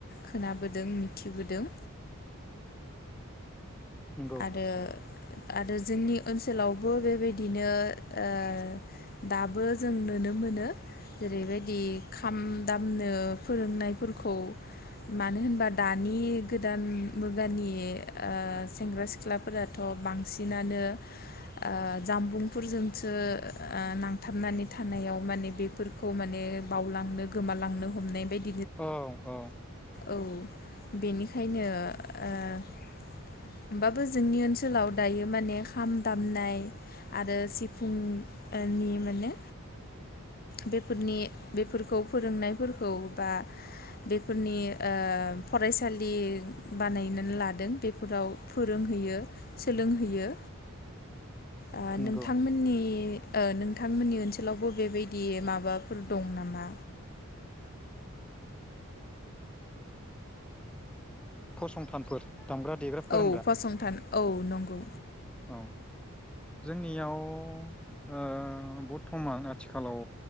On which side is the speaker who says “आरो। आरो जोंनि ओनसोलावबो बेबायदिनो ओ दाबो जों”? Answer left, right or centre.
Left